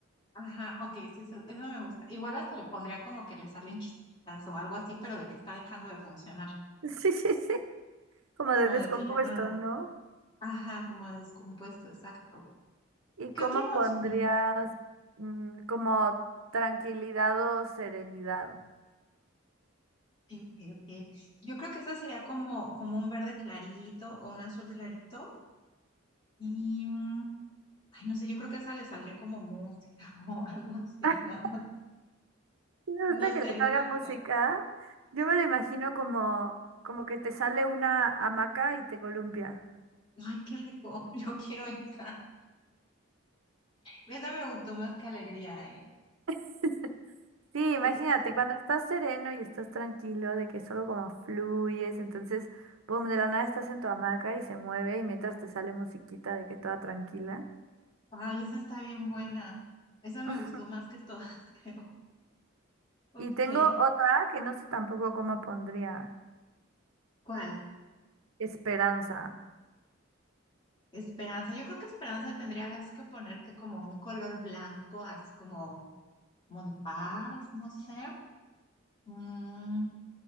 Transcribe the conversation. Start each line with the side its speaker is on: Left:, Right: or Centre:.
Left: Ajá, ok, sí, eso, eso me gusta. Igual hasta le pondría como que le salen chispitas o algo así, pero de que está dejando de funcionar,
Right: Sí, sí, sí. Como
Left: como
Right: de descompuesto,
Left: de que ya no da.
Right: ¿no?
Left: Ajá, como descompuesto, exacto.
Right: ¿Y
Left: ¿Qué
Right: cómo
Left: otra emoción?
Right: pondrías mm, como tranquilidad o serenidad?
Left: Sí, sí, sí. Yo creo que esa sería como, como un verde clarito o un azul clarito. Y, mm, ay, no sé, yo creo que esa le saldría como música <laughs> o algo así.
Right: <laughs>
Left: No, no,
Right: Sí Me
Left: no
Right: gusta que
Left: sé,
Right: le
Left: no
Right: salga
Left: me
Right: música.
Left: la va
Right: Yo me lo imagino como, como que te sale una hamaca y te columpia.
Left: Ay, qué rico. <laughs> Yo quiero esa. Esa me gustó más que alegría, ¿eh?
Right: <laughs> Sí, imagínate,
Left: Esa es,
Right: cuando estás sereno y estás tranquilo, de que solo como fluyes, entonces, boom, de la nada estás en tu hamaca y se mueve y mientras te sale musiquita de que toda tranquila.
Left: ay, esa está bien buena. Esa me
Right: <laughs>
Left: gustó más que todas, <laughs> creo. Ok.
Right: Y tengo otra que no sé tampoco cómo pondría.
Left: ¿Cuál?
Right: Esperanza.
Left: Esperanza. Yo creo que esperanza tendrías que ponerte como un color blanco, así como, como de paz, no sé. Mm,